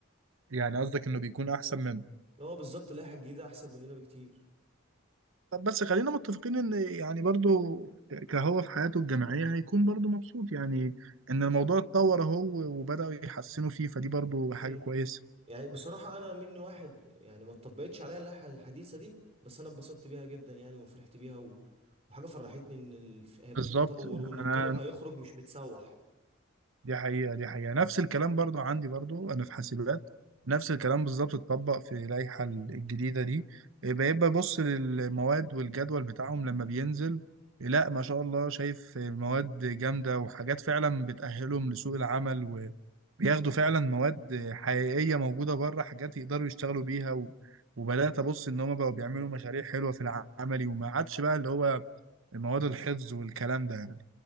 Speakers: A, on the right; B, on the right.
A: يعني قصدك انه بيكون احسن منه
B: اه بالظبط اللائحة الجديدة أحسن مننا بكتير
A: طب بس خلينا متفقين ان يعني برضو كهو في حياته الجامعيه هيكون برضو مبسوط يعني ان الموضوع اتطور اهو وبداوا يحسنوا فيه فدي برضو حاجه
B: امم
A: كويسه
B: يعني بصراحة أنا مني واحد يعني ما اتطبقتش عليا اللائحة الحديثة دي بس أنا اتبسطت بيها جدا يعني وفرحت بيها و... وحاجة فرحتني إن ال... هيبقى
A: بالظبط
B: في تطور وإن
A: انا
B: الطالب هيخرج مش متسوح
A: دي حقيقة دي حقيقة نفس الكلام برضو عندي برضو أنا في حاسبات نفس الكلام بالظبط اتطبق في اللائحة الجديدة دي بيبقى يبص للمواد والجدول بتاعهم لما بينزل لا ما شاء الله شايف مواد جامدة وحاجات فعلا بتأهلهم لسوق العمل وبياخدوا فعلا مواد حقيقية موجودة بره حاجات يقدروا يشتغلوا بيها و... وبدأت أبص إن هما بقوا بيعملوا مشاريع حلوة في العملي وما عادش بقى اللي هو مواد الحفظ والكلام ده يعني.